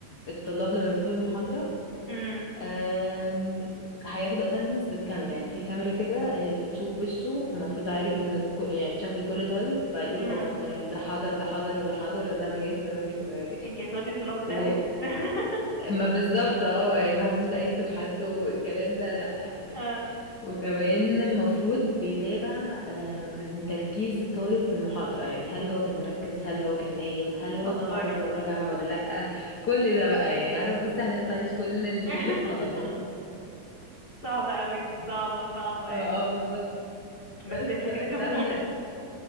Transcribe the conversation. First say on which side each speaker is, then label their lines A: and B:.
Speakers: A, on the left (about 60°); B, on the left (about 30°).
A: الطلاب لما يدخلوا المحاضره
B: امم
A: آم، هياخدوا اتندنس بالكاميرا يعني في كاميرا كده آه، بتشوف وشه ومفروض عارف ان كل- يعني شكل كل طالب فيقولوا
B: امم
A: اه تمام ده حاضر ده حاضر وده حاضر وده ما جاش وده ما جاش وده ما جاش
B: انتي هتودي الطلاب في
A: و
B: داهية <laughs>
A: ما بالظبط اه يعني محدش بقى يكتب حد والكلام ده لا يعني.
B: اه
A: وكمان المفروض بيتابع آم، تركيز الطالب في المحاضرة يعني هل هو كان مركز هل هو كان نايم هل
B: تهزري
A: هو طالع بره وراجع ولا لأ كل ده بقى يعني عارف بصي هنقطع عيش كل
B: <laughs>
A: <laughs> الطلبة
B: صعبة اوي دي صعبة صعبة
A: اه
B: يعني
A: آه، بالظبط
B: بس
A: بس لا
B: فكرته
A: مش
B: جديدة
A: عارفه